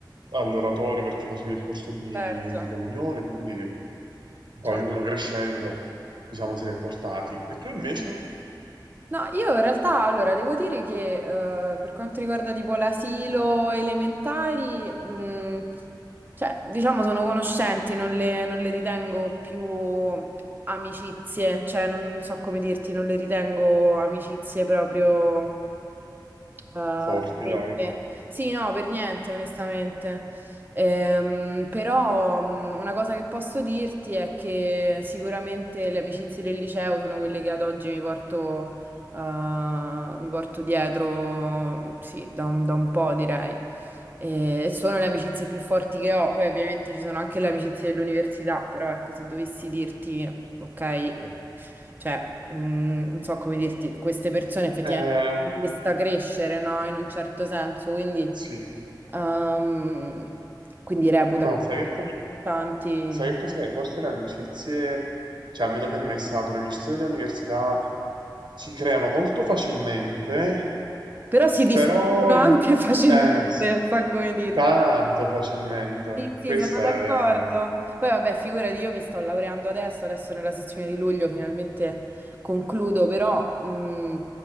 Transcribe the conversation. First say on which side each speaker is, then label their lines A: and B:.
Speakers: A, on the right; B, on the right.
A: all'oratorio perché facevi il corso di,
B: Certo,
A: di comunione, quindi poi
B: certo.
A: uno crescendo, diciamo, se li è portati. E tu
B: <laughs>
A: invece?
B: No, io in realtà, allora, devo dire che eh, per quanto riguarda tipo l'asilo elementari, mh, cioè, diciamo, sono conoscenti, non le, non le ritengo più amicizie, cioè, non so come dirti, non le ritengo amicizie proprio, Ah,
A: Forti,
B: perché?
A: dai.
B: Sì, no, per niente, onestamente. Ehm, però mh, una cosa che posso dirti è che sicuramente le amicizie del liceo sono quelle che ad oggi mi porto, eh, mi porto dietro, sì, da un, da un po', direi. E sono le amicizie più forti che ho. Poi ovviamente ci sono anche le amicizie dell'università, però ecco, se dovessi dirti ok? Cioè, mm, non so come dirti, queste persone effettivamente
A: Eh,
B: hanno visto crescere, no? In un certo senso, quindi,
A: sì,
B: ehm, quindi reputo
A: ma sai che cosa?
B: importanti,
A: Sai che cos'è? Forse le amicizie, cioè almeno per me è stato, le amicizie delle università si creano molto facilmente,
B: però si distruggono
A: però i-
B: anche <laughs> facilmente,
A: eh, s-
B: non so come dirti.
A: tanto facilmente.
B: Sì, sì,
A: Questo
B: sono d'accordo.
A: è,
B: Poi vabbè, figurati, io mi sto laureando adesso, adesso nella sezione di luglio finalmente concludo, però mh,